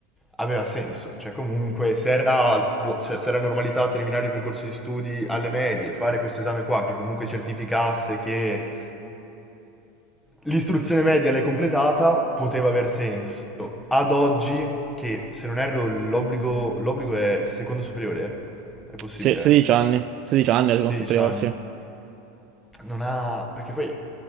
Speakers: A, in the centre; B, on the right (about 45°).
A: aveva senso. Cioè, comunque, se era, cioè, se era normalità terminare il percorso di studi alle medie, fare questo esame qua che comunque certificasse che l'istruzione media l'hai completata, poteva aver senso. Ad oggi, che se non erro l'obbligo l'obbligo è secondo superiore, eh? è possibile,
B: Sì, 16
A: eh?
B: anni, 16 anni, la seconda
A: 16
B: superiore,
A: anni.
B: sì.
A: Non ha... perché poi